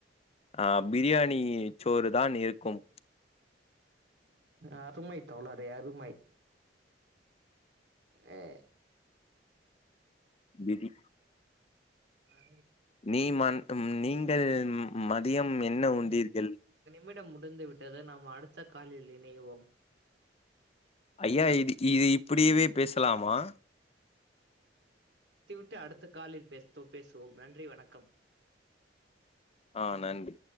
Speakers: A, on the left (about 35°); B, on the right (about 70°).
A: ஆ பிரியாணி சோறு தான் இருக்கும்
B: அருமை தோழரே அருமை ஏ
A: விதி
B: அதாவுது
A: நீ மட்டும் நீங்கள் மதியம் என்ன உண்டீர்கள்
B: டம் முடிந்து விட்டது நாம் அடுத்த காலில் இணைவோம்
A: ஐயா இதுக் இது இப்படியவே பேசலாமா?
B: ட்டு அடுத்த காலில் பேசுது பேசுவோம் நன்றி வணக்கம்
A: ஆஹ் நன்றி